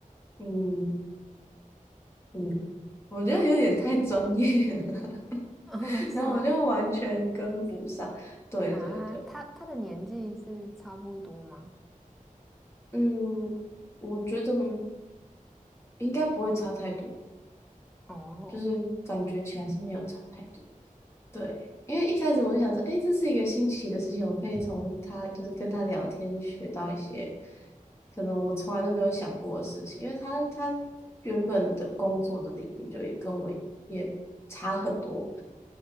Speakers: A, on the left (about 20°); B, in the centre.
A: 嗯。嗯，我觉得有点太专业了，
B: <laughs> 哦是吗？
A: <laughs> 然后我就完全跟不上。对对对，
B: 啊，他他的年纪是差不多吗？
A: 嗯，我觉得应该不会差太多，
B: 哦，
A: 就是感觉起来是没有差太多。对，因为一开始我就想说，诶，这是一个新奇的事情，我可以从他就是跟他聊天学到一些可能我从来都没有想过的事情，因为他他原本的工作的领域就也跟我也差很多。